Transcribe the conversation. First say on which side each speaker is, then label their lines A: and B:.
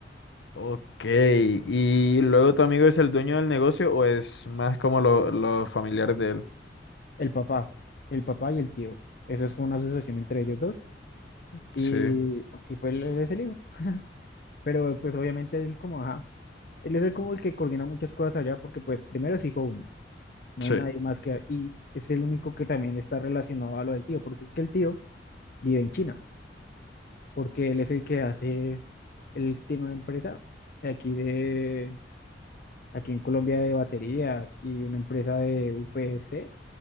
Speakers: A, on the left (about 85°); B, on the left (about 55°).
A: Ok, ¿y luego tu amigo es el dueño del negocio o es más como lo- los familiares de él?
B: El papá, el papá y el tío. Eso es una asociación entre ellos dos y,
A: Sí.
B: y pues él es el hijo. Pero pues obviamente él como, ajá, él es el como el que coordina muchas cosas allá porque pues primero es hijo único. No
A: Sí.
B: hay nadie más que... Y es el único que también está relacionado a lo del tío, porque es que el tío vive en China, porque él es el que hace, él tiene una empresa de aquí de, aquí en Colombia de baterías y una empresa de UPS,